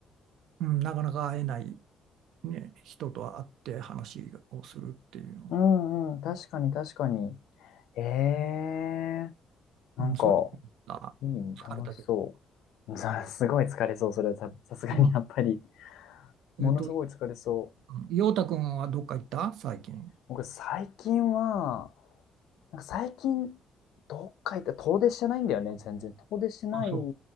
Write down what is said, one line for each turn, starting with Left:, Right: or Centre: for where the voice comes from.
Right: うん、なかなか会えない。ね、人と会って話をするっていうのは、
Left: うんうん、確かに確かに。ええーなんか、
Right: うん、それが疲れたけど。
Left: いいね、楽しそう。<laughs> さ、すごい疲れそう、それはさ、さすがにやっぱり。
Right: うん、
Left: ものすごい疲れそう。
Right: えっと、陽太くんはどっか行った最近。
Left: 僕、最近は、なんか最近、どっか行って遠出してないんだよね、全然。遠出してない
Right: あ、そ